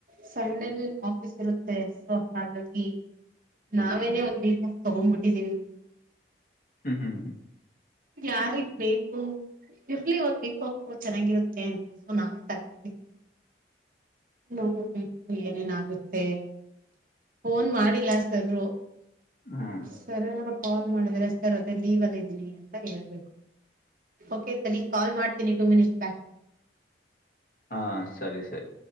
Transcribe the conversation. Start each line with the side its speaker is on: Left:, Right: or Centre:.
Right: ಸಂಡೆನ್ ಆಫೀಸ್ ಇರುತ್ತೆ ಸೊ ಹಾಗಾಗಿ ನಾವೇನೆ ಒಂದ್ ತೊಗೊಂಡ ಬಿಟ್ಟಿದ್ದೀವಿ.
Left: ಹ್ಮ್ ಹ್ಮ್.
Right: ಯಾರಿಗ್ ಬೇಕು? ಇರ್ಲಿ ಒಂದ್ ವೀಕ್ ಆಫ ಚೆನ್ನಾಗಿರುತ್ತೆ ಅಂತ ಸೊ ನಾವೇ ತೊಕ್ಕೊಂಡಿನಿ. ನೋಡ್ಬೇಕು ಏನೇನಾಗುತ್ತೆ ಫೋನ್ ಮಾಡಿಲ್ಲ ಸರ್ರು.
Left: ಹ್ಮ್
Right: ಸರ್ರ್ ಏನಾರ ಕಾಲ್ ಮಾಡಿದ್ರೆ ಸರ್ ಅದೇ ಲೀವ್ ಅಲ್ಲಿದ್ದೀನಿ ಅಂತ ಹೇಳ್ಬೇಕು. ಓಕೆ ಕಳೀಗ್ ಕಾಲ್ ಮಾಡ್ತೀನಿ ಟೂ ಮಿನಿಟ್ಸ್ ಬ್ಯಾಕ್.
Left: ಹಾ ಸರಿ ಸರಿ.